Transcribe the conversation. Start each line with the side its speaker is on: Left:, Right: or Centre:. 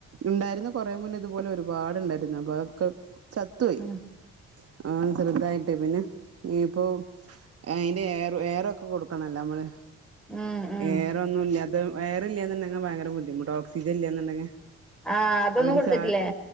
Right: ഉണ്ടായിരുന്നു കുറേ മുന്നേ ഇതുപോലെ ഒരുപാട്ണ്ടായിരുന്നു അപ്പൊ അതൊക്കെ ചത്ത് തോയ്
Centre: ഉം
Right: ആഹ് ചെറുതായിട്ട് പിന്നെ. ഇനിപ്പോ അയ്ൻ എയർ എയർ ഒക്കെ കൊടുക്കണല്ലോ നമ്മള്
Centre: ഉം ഉം
Right: എയർ ഒന്നുംല്ലത എയർ ഇല്ലന്നുണ്ടെങ്കിൽ ഭയങ്കര ബുദ്ധിമുട്ട ഓക്സിജൻ ഇല്ലന്നുണ്ടെങ്കിൽ
Centre: ആ അതൊന്നും
Right: അവന്
Centre: കൊടുത്തിട്ടില്ലേ
Right: ച